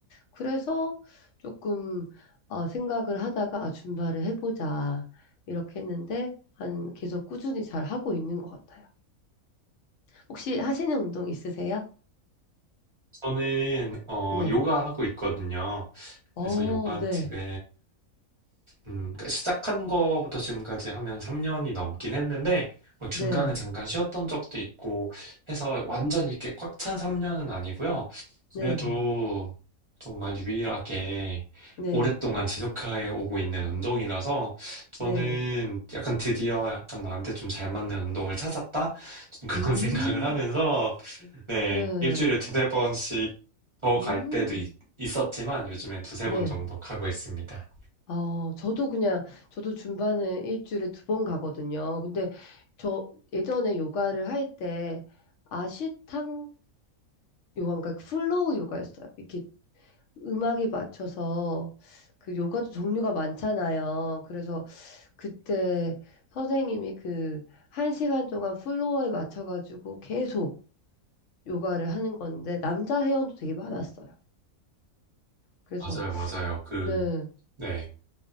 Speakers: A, on the left; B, on the right.
A: 그래서 조금 어, 생각을 하다가 아, 줌바를 해보자 이렇게 했는데 한 계속 꾸준히 잘 하고 있는 것 같아요. 혹시 하시는 운동 있으세요?
B: 저는, 어,
A: 네.
B: 요가 하고 있거든요.
A: 어,
B: 그래서 요가
A: 네,
B: 지금, 음, 그러니까 시작한 거부터 지금까지 하면 3년이 넘긴 했는데, 뭐 중간에
A: 네,
B: 잠깐 쉬었던 적도 있고 해서 완전히 이렇게 꽉 찬 3년은 아니고요.
A: 네,
B: 그래도
A: 네,
B: 정말 유일하게
A: 네,
B: 오랫동안 지속해 오고 있는 운동이라서 저는
A: 네.
B: 약간 드디어 약간 나한테 좀 잘 맞는 운동을 찾았다? 좀 그런
A: 음,
B: <laughs> 생각을 하면서 네,
A: 네,
B: 일주일에 두세 번씩 더
A: 음,
B: 갈 때도 있고 있었지만 요즘엔 두세
A: 네.
B: 번 정도 가고 있습니다.
A: 어, 저도 그냥 저도 줌바는 일주일에 두 번 가거든요. 근데 저 예전에 요가를 할 때 아시탕 요가인가 플로우 요가였어요. 이렇게 음악에 맞춰서 그 요가도 종류가 많잖아요. 그래서 그때 선생님이 그 한 시간 동안 플로어에 맞춰가지고 계속 요가를 하는 건데 남자 회원도 되게 많았어요. 그래서
B: 맞아요, 맞아요. 그,
A: 네,
B: 네.